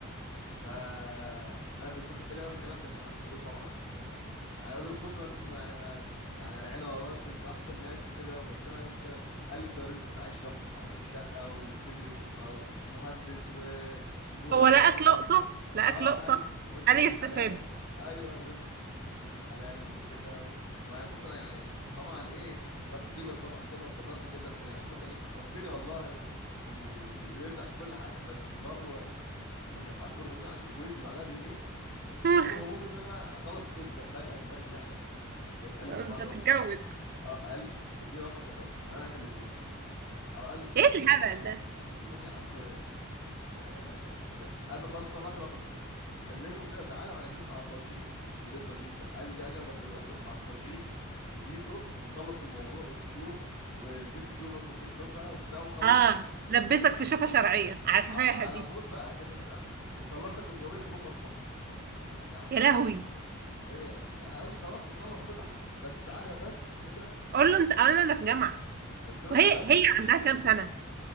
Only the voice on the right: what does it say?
هو لقاك
لقطه لقاك
لقطه
قال
لي استفاد
<laughs>
انت
تتجوز
ايه الهبل
ده
اه
لبسك في شوفه شرعيه عارفاها
دي
يا لهوي
قول له انت قول له انا في جامعه
وهي
هي عندها كام سنه